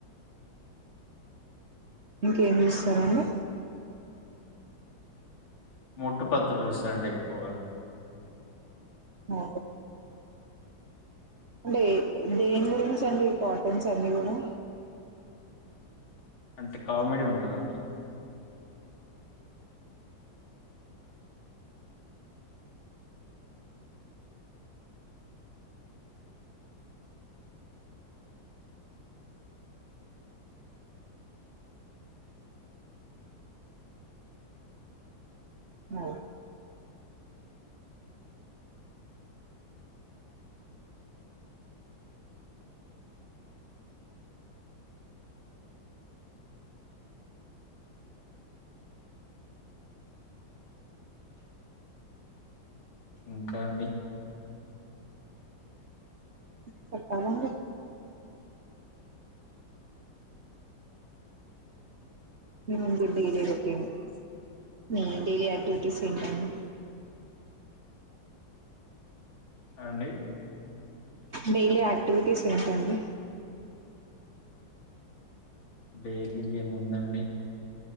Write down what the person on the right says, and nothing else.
ఇంకేం చూస్తారండి
అ అంటే దేని గురించి అండి కార్టూన్స్ అన్ని కూడా
ఓ
చెప్పాలండి మేము డైలీ రొటీన్ మీ డైలీ యాక్టివిటీస్ ఏంటండి
డైలీ యాక్టివిటీస్ ఏంటండి